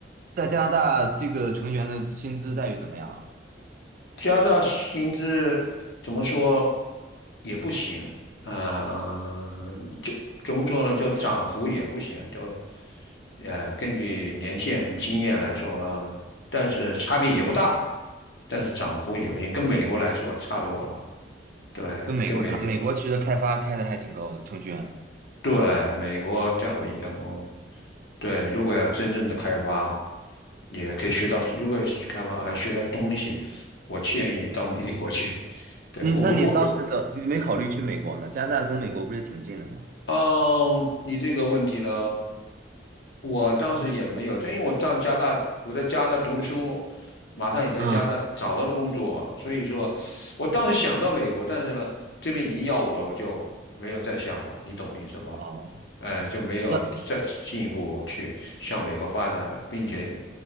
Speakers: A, on the right; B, on the left.
A: 在加拿大，这个程序员的薪资待遇怎么样啊？
B: 加大薪资怎么说也不行啊、呃就怎么说呢？就涨幅也不行，就呃，根据年限经验来说了，但是差别也不大，但是涨幅也不行，跟美国来说差多了。对，
A: 跟美国差，
B: 跟美国，
A: 美国其实开发开的还挺高的，程序员。
B: 对，美国在我印象中，对，如果要真正的开发，也可以学到，如果开发还学到东西，我建议到美国去。对，
A: 你那你当时怎么没考虑去美国呢？
B: 我不，我我
A: 加拿大跟美国不是也挺近的吗？
B: 嗯，你这个问题呢，我当时也没有，就因为我在加拿大，我在加拿大读的书，马上也在加拿大找到了工作，
A: 嗯，
B: 所以说，我当时想到美国，但是呢，这边已经要我，我就没有再想了，你懂我意思吗？
A: 哦，
B: 呃，就没有再进一步去向美国发展了，
A: 那
B: 并且